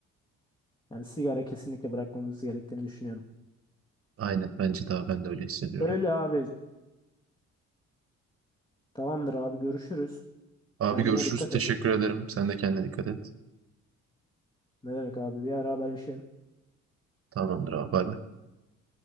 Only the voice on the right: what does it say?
aynen bence daha ben de öyle hissediyorum.
Abi
görüşürüz.
Teşekkür
ederim. Sen de kendine dikkat et.
Tamamdır abi. Bay bay.